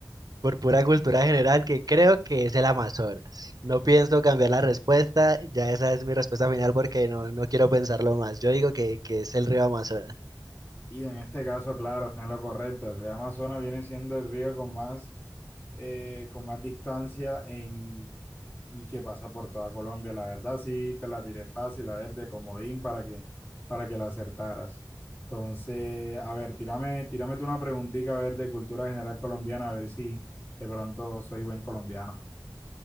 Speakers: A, on the right (about 55°); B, on the left (about 25°).
A: por pura cultura general, que creo que es el Amazonas. No pienso cambiar la respuesta, ya esa es mi respuesta final porque no, no quiero pensarlo más. Yo digo que, que es el río Amazonas.
B: Y en este caso, claro, está en lo correcto. El río Amazonas viene siendo el río con más, eh, con más distancia en, y que pasa por toda Colombia. La verdad, sí, te la tiré fácil, a ver, de comodín para que, para que la acertaras. Entonces, a ver, tírame, tírame tú una preguntita, a ver, de cultura general colombiana, a ver si de pronto soy buen colombiano.